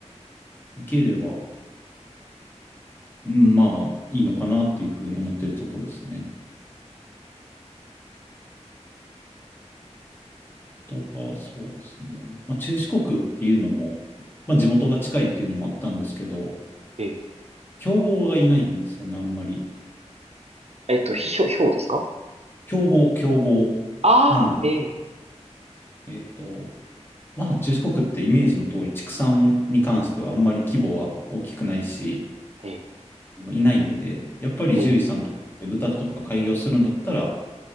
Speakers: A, on the left; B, on the right.
A: 行ければうん、まあ、いいのかなっていうふうに思ってるとこですね。とか、そうですね。まあ、中四国っていうのも、まあ、
B: うん
A: 地元が近いっていうのもあったんですけど、
B: ええ、
A: 競合がいないんですよね、あんまり。
B: えっと、ひょ、ひょうですか
A: 競合、競合。
B: ああ、
A: なんで、
B: ええ、
A: えっと、まあ、中四国ってイメージの通り、畜産に関してはあんまり規模は大きくないし、
B: ええ、
A: あのいないんで、やっぱり獣医さんとかって豚とか開業するんだったら、
B: ええ、